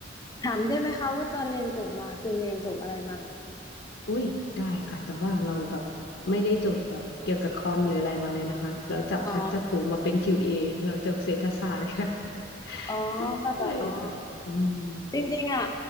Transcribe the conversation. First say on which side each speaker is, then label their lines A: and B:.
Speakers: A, on the left; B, on the left.
A: ถามได้ไหมคะว่าตอนเรียนจบมาคือเรียนจบอะไรมาเหรอ
B: อุ้ยได้ค่ะแต่ว่าเราแบบไม่ได้จบแบบเกี่ยวกับคอมหรืออะไรมาเลยนะคะเราจับพัดจับผูมาเป็น
A: อ๋อ
B: QA เอเราจบเศรษฐศาสตร์ค่ะ <laughs>
A: อ๋อเข้าใจอ๋อ
B: ใช่ค่ะอืม
A: จริงๆอ่ะ